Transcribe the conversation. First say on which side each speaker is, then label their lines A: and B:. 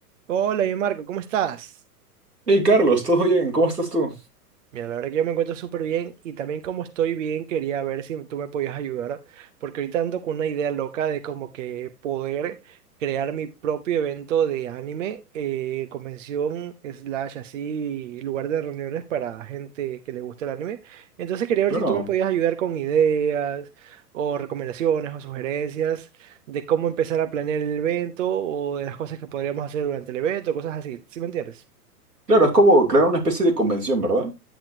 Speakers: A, on the right (about 50°); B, on the right (about 85°).
A: Hola, bien Marco, ¿cómo estás?
B: Hey Carlos, ¿todo bien? ¿Cómo estás tú?
A: Mira, la verdad que yo me encuentro súper bien y también como estoy bien, quería ver si tú me podías ayudar, porque ahorita ando con una idea loca de como que poder crear mi propio evento de anime, eh, convención, slash, así, lugar de reuniones para gente que le gusta el anime. Entonces quería ver
B: Claro,
A: si tú me podías ayudar con ideas o recomendaciones o sugerencias de cómo empezar a planear el evento o de las cosas que podríamos hacer durante el evento, cosas así, ¿sí me entiendes?
B: claro, es como crear una especie de convención, ¿verdad?